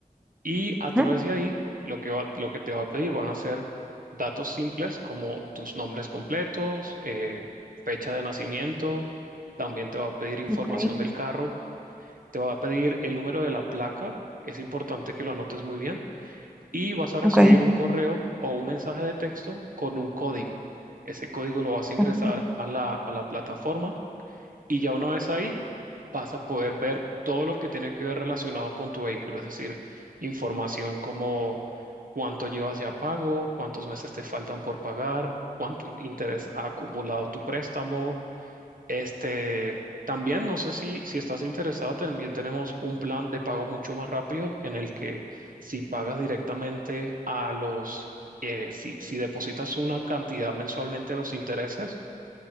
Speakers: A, on the right; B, in the centre.
A: Y a través
B: ujú,
A: de ahí, lo que va- lo que te va a pedir van a ser datos simples como tus nombres completos, eh, fecha de nacimiento, también te va a pedir información
B: Ok.
A: del carro, te va a pedir el número de la placa, es importante que lo anotes muy bien, y vas a recibir
B: Ok.
A: un correo o un mensaje de texto con un código. Ese código lo vas a ingresar
B: ok,
A: a la, a la plataforma y ya una vez ahí vas a poder ver todo lo que tiene que ver relacionado con tu vehículo, es decir, información como cuánto llevas ya pago, cuántos meses te faltan por pagar, cuánto interés ha acumulado tu préstamo. Este, también no sé si, si estás interesado, también tenemos un plan de pago mucho más rápido en el que si pagas directamente a los, eh, si, si depositas una cantidad mensualmente a los intereses,